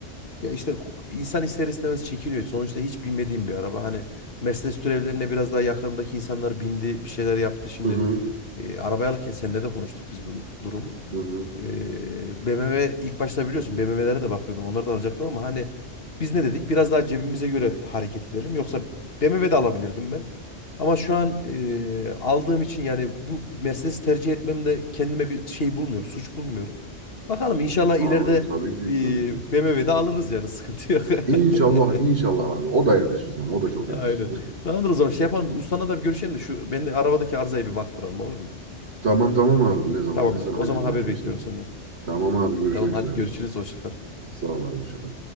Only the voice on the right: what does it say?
Hı hı,
hı hı.
Abi tabii ki
tabii ki.
İnşallah
inşallah abi. O da yakışır sana. O da çok
yakışır.
<laughs> Tamam tamam abi. Ne zaman
dersen halledelim
o işleri.
Tamam abi görüşmek
üzere.
Sağ ol abi. Hoşça kal.